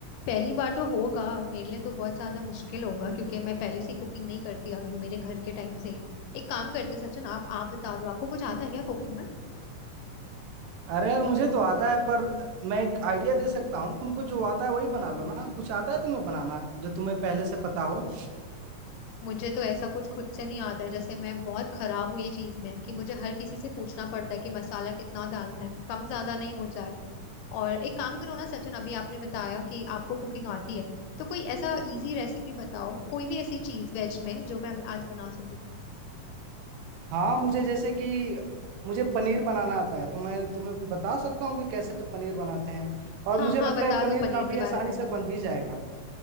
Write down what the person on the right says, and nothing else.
अरे यार मुझे तो आता है पर मैं एक आइडिया दे सकता हूँ तुमको जो आता है वही बना लो ना कुछ आता है तुम्हें बनाना जो तुम्हें पहले से पता हो
हाँ मुझे जैसे कि मुझे पनीर बनाना आता है तो मैं तुम्हें बता सकता हूँ कि कैसे पनीर बनाते हैं और
मुझे
लगता
है पनीर
काफी
आसानी
से बन भी जाएगा